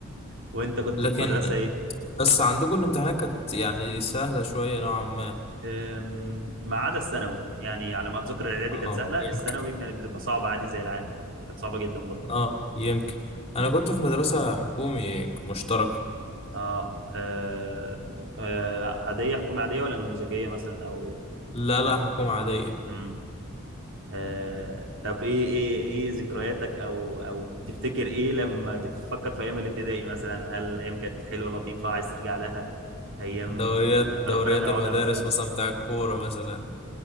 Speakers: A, on the right; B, on the left.
A: وانت كنت
B: لكن
A: في مدرسه ايه
B: بس عندكم الامتحانات كانت يعني سهلة شوية نوعا ما
A: أم، ما عدا الثانوي يعني على ما اتذكر الاعدادي
B: اه
A: كانت سهله
B: يمكن
A: الثانوي كانت بتبقى صعبه عادي زي العام كانت صعبه جدا برضه
B: اه يمكن انا كنت في مدرسة حكومي مشتركة
A: اه آه، آه، عادية حكومة عادية ولا نموذجية مثلا او
B: لا لا حكومة عادية
A: مم. آه. طب ايه ايه ايه ذكرياتك او او بتفتكر ايه لما تفكر في ايام الابتدائي مثلا هل ايام كانت حلوة لطيفة عايز ترجع لها ايام
B: دوريات
A: آه،
B: دوريات
A: ربنا ما يعودها
B: المدارس
A: مثلا
B: مثلا بتاع الكورة مثلا